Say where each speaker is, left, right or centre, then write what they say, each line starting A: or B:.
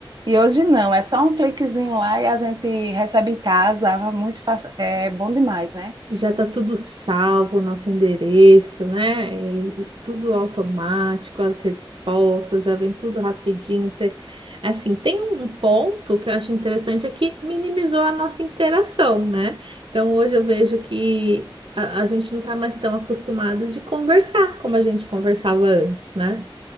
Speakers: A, on the right; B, on the right.
A: E hoje não, é só um cliquezinho lá e a gente recebe em casa. Muito fácil. É bom demais, né?
B: Já está tudo salvo, nosso endereço, né? E tudo automático, as respostas já vem tudo rapidinho. Você... Assim, tem um ponto que eu acho interessante é que minimizou a nossa interação, né? Então hoje eu vejo que a, a gente não está mais tão acostumado de conversar como a gente conversava antes, né?